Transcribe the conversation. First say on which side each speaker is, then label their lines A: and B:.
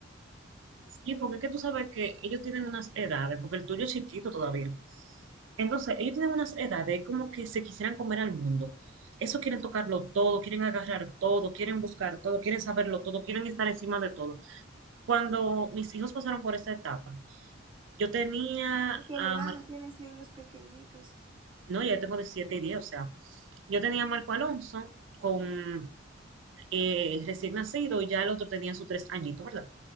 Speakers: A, on the right; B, on the right.
A: Sí, porque es que tú sabes que ellos tienen unas edades, porque el tuyo es chiquito todavía. Entonces, ellos tienen unas edades como que se quisieran comer al mundo. Eso quieren tocarlo todo, quieren agarrar todo, quieren buscar todo, quieren saberlo todo, quieren estar encima de todo. Cuando mis hijos pasaron por esta etapa, yo tenía
B: Porque,
A: a
B: ¿verdad?
A: Mar-
B: No tienes niños pequeñitos.
A: no, ya tengo de siete y diez o sea, yo tenía a Marco Alonso con eh, recién nacido, y ya el otro tenía sus tres añitos, ¿verdad?